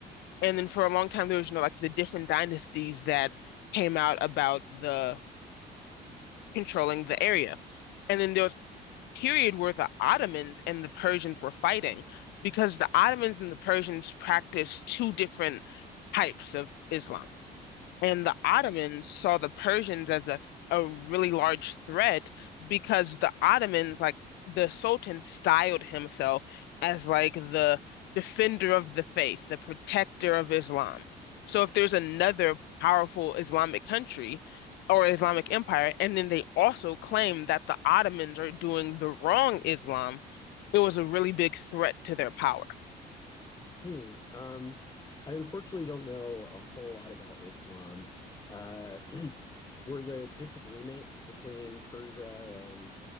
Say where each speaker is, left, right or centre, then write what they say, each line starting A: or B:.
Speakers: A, on the left; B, on the left.
A: And then for a long time there was you know like the different dynasties that came out about the controlling the area. And then there was period where the Ottomans and the Persians were fighting because the Ottomans and the Persians practiced two different types of Islam. And the Ottomans saw the Persians as a, a really large threat because the Ottomans, like the Sultan, styled himself as like the defender of the faith, the protector of Islam. So if there's another powerful Islamic country or Islamic empire, and then they also claim that the Ottomans are doing the wrong Islam, it was a really big threat to their power.
B: Hmm. Um, I unfortunately don't know a whole lot about Islam. Uh, <clears throat> were the disagreements between Persia and